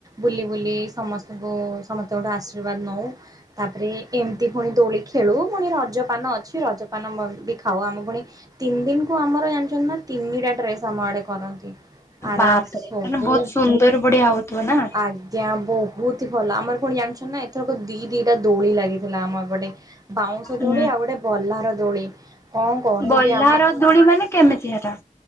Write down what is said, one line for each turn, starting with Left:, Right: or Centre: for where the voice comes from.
Right: ବୁଲି ବୁଲି ସମସ୍ତଙ୍କୁ ସମସ୍ତଙ୍କଠୁ ଗୋଟେ ଆଶୀର୍ବାଦ ନଉ। ତାପରେ ଏମିତି ପୁଣି ଦୋଳି ଖେଳୁ ପୁଣି ରଜପାନ ଅଛି ରଜପାନ ବି ଖାଉ ଆମ ପୁଣି ତିନି ଦିନ କୁ ଆମର ଜାଣିଛନ୍ତି ନା ତିନିଟା ଡ୍ରେସ ଆମ ଆଡେ କରନ୍ତି। ଆରାମସେ
Left: ବାପରେ ତାନେ
Right: ସବୁ
Left: ବହୁତ ସୁନ୍ଦର ବଢଆ ହଉଥିବ ନା।
Right: ଆଜ୍ଞା ବହୁତ ଭଲ ଆମର ଫୁଣି ଜାଣିଛ ନା ଏଥରକ ଦି ଦିଟା ଦୋଳି ଲାଗିଥିଲା ଆମ ଏପଟେ। ବାଉଁଶ
Left: ହୁଁ
Right: ଦୋଳି ଆଉ ଗୋଟେ ବଲାର ଦୋଳି। କଣ କହିବି
Left: ବହ୍ଲା
Right: ଆମ
Left: ର ଦୂଳି ମାନେ କେମିତି ହେଟା?